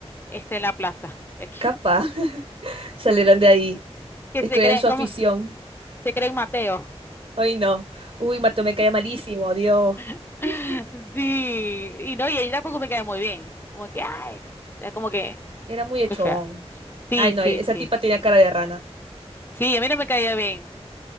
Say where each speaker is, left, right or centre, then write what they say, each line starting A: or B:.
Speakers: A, on the left; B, on the right.
A: este, en la plaza <laughs> de aquí?
B: Capaz, <laughs> salieron de ahí,
A: Que
B: descubrieron
A: se creen,
B: su
A: ¿cómo?
B: afición.
A: Se creen Mateo.
B: Ay, no. Uy, Mato me caía malísimo, Dios.
A: <laughs>
B: <laughs>
A: Sí, y no, y ella tampoco me cae muy bien. Como que, ay, es como que
B: Era muy echón.
A: muy fea. Sí,
B: Ay,
A: sí,
B: no, esa
A: sí.
B: tipa tenía cara de rana.
A: Sí, a mí no me caía bien.